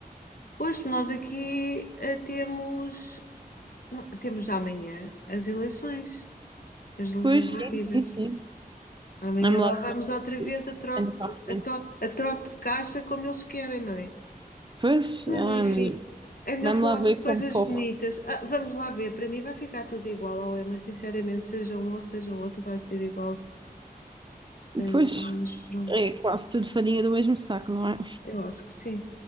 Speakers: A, on the left; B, on the right.
A: Pois nós aqui eh, temos, não, temos amanhã as eleições, as legislativas.
B: Pois, sim, sim, sim.
A: Amanhã
B: Vamos
A: lá
B: lá
A: vamos
B: ver se
A: outra vez a troca
B: anda para a frente.
A: a trote, a trote de caixa como eles querem, não é?
B: Pois,
A: Mas
B: ai,
A: enfim,
B: meu Deus.
A: é melhor
B: Vamos
A: falarmos
B: lá ver
A: de coisas
B: como corre.
A: bonitas. Ah, vamos lá ver, para mim vai ficar tudo igual ao EMA, sinceramente, seja um ou seja o outro, vai ser igual na mesma,
B: Pois,
A: mas pronto.
B: é quase tudo farinha do mesmo saco, não é?
A: Eu acho que sim,